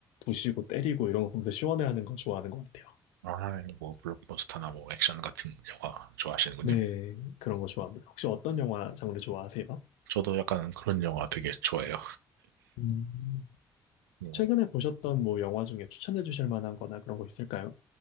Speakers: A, on the left; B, on the right.
A: 부시고 때리고 이런 거 보면서 시원해하는 거 좋아하는 것 같아요.
B: 아, 뭐 블록버스터나 뭐 액션 같은 영화 좋아하시는군요.
A: 네, 그런 거 좋아합니다. 혹시 어떤 영화 장르 좋아하세요?
B: 저도 약간 그런 영화 되게 좋아해요.
A: 음,
B: 뭐,
A: 최근에 보셨던 뭐 영화 중에 추천해 주실 만한 거나 그런 거 있을까요?